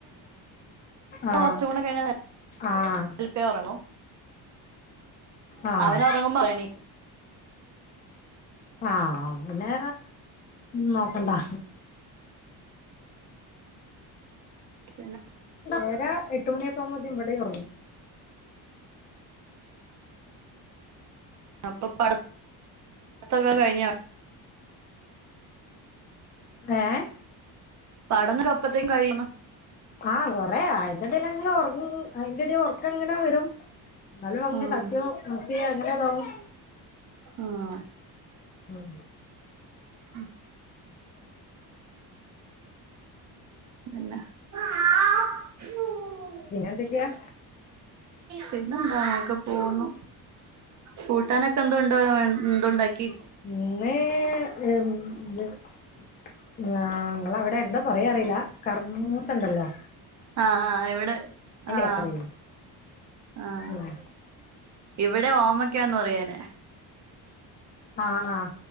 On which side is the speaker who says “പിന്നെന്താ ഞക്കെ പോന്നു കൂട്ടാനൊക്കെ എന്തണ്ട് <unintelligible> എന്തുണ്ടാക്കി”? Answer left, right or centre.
Right